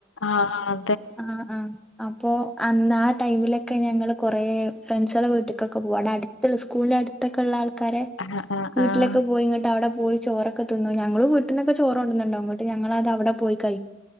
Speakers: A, on the left; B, in the centre.
A: ആഹ് ആ
B: ആ ആ ഓ അപ്പോൾ അന്ന് ആ ടൈമിലൊക്കെ ഞങ്ങൾ കുറേ ഫ്രണ്ട്സടെ വീട്ടക്കൊക്കെ പോകണ് അടുത്തുള്ള സ്കൂളിറെ അടു- ഒറ്റയ്ക്കുള്ള ആൾക്കാരെ
A: ആഹ് ആഹ്
B: വീട്ടിലൊക്കെ
A: ആഹ്
B: പോയി ഇങ്ങോട്ട് അവിടെ പോയി ചോറൊക്കെ തിന്നു ഞങ്ങള് വീട്ടന്നൊക്കെ ചോറ് കൊണ്ടുന്നുണ്ടാകും ഞങ്ങളത് അവിടെ പോയി കയ്